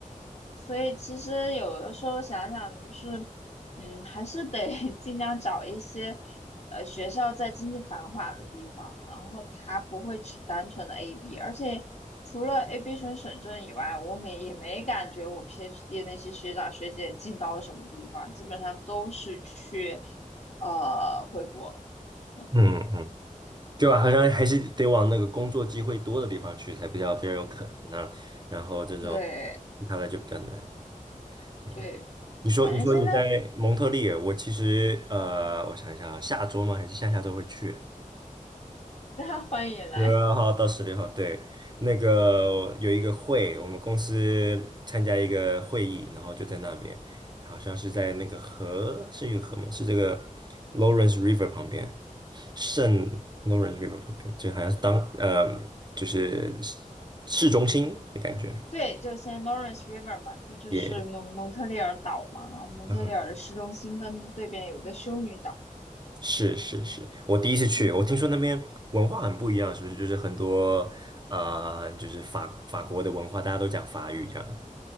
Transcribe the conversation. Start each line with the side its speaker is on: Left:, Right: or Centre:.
Left: 所以其实有的时候想想，就是，嗯，还是得 <laughs> 尽量找一些，呃，学校在经济繁华的地方，然后它不会只单纯的 AB，而且除了 AB 省省政以外，我没也没感觉我 PhD 那些学长学姐进到了什么地方，基本上都是去，呃，回国，嗯，
Right: 嗯嗯，就好像还是得往那个工作机会多的地方去，才比较比较有可能呢、然后这种
Left: 对
Right: 其他的就比较难。嗯，
Left: 对，
Right: 你说你说你在蒙特利尔，
Left: 反正现在 <laughs>
Right: 我其实呃，我想一下啊，下周吗？还是下下周会去？
Left: 大家欢迎来。
Right: 十二号到十六号，对，那个有一个会，我们公司参加一个会议，然后就在那边，好像是在那个河，是一个河吗？是这个 Lawrence River 旁边，圣 Lawrence River 旁边，就好像是当呃，就是市市中心的感觉，
Left: 对，就 Saint Lawrence River 嘛，它就是蒙蒙特利尔岛嘛，
Right: 也、
Left: 然后蒙特利尔的市中心跟对边有个修女岛，
Right: 嗯是是是，我第一次去，
Left: 嗯，
Right: 我听说那边文化很不一样，是不是？就是很多呃，就是法法国的文化，大家都讲法语这样。